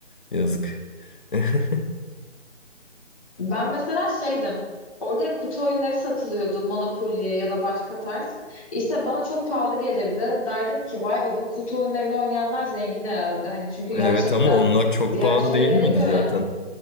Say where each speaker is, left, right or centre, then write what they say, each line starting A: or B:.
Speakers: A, on the left; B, on the left.
A: Yazık. <laughs>
B: Ben mesela şeydim. Orada hep kutu oyunları satılıyordu. Monopoly ya da başka tarz. İşte bana çok pahalı gelirdi. Derdim ki vay be bu kutu oyunlarını oynayanlar zengin herhalde. Hani çünkü gerçekten
A: Evet ama onlar çok
B: diğer
A: pahalı
B: şeylere
A: değil miydi
B: göre
A: zaten?